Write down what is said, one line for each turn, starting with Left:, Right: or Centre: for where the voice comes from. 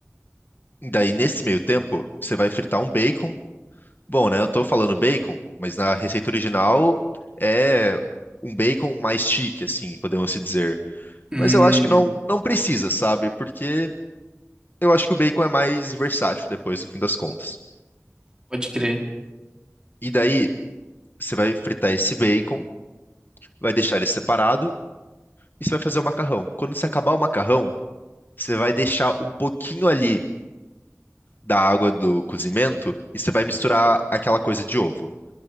Left: E Daí, nesse meio tempo, você vai fritar um bacon. Bom, né? Eu tô falando bacon, mas na receita original é um bacon mais chique, assim, podemos se dizer.
Right: Hum,
Left: Mas eu acho que não, não precisa, sabe? Porque Eu acho que o bacon é mais versátil depois, no fim das contas.
Right: pode crer.
Left: E daí, você vai fritar esse bacon, vai deixar ele separado e você vai fazer o macarrão. Quando você acabar o macarrão, você vai deixar um pouquinho ali da água do cozimento e você vai misturar aquela coisa de ovo.